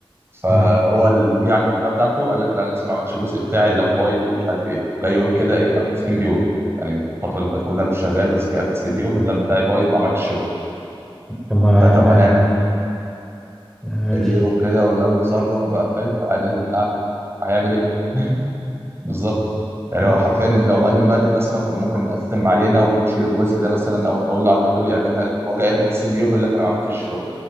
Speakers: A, on the right; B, in the centre.
A: فهو
B: تمام
A: اللي جه عند البتاع بتاعته قال لك لا انا لسه ما عملتش الجزء بتاعي اللاب بايظ ومش عارف ايه جاي يقول كده ايه قبل التسليم بيوم يعني الفتره اللي فاتت كلها مش شغال بس جه قبل التسليم بيوم اللاب بتاعي بايظ وما عملتش الشغل
B: طب ما
A: فطب
B: ما
A: هنعمل
B: ما قالش
A: ايه
B: لي
A: وكده ولا له اتصرف بقى فاهم فانا قاعد هيعمل ايه <laughs> بالظبط يعني
B: امم
A: هو حرفيا إن لو قال من بدري مثلا كنا ممكن نقسم علينا ونشيل الجزء ده مثلا او نقول له على حلول يعملها لكن هو جاي قبل السين بيو بيقول لك انا ما عملتش الشغل